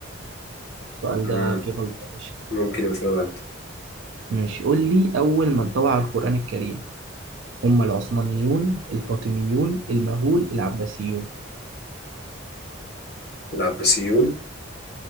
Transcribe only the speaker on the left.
مم.
ممكن يبقى فيه غلطة
لعب بسيول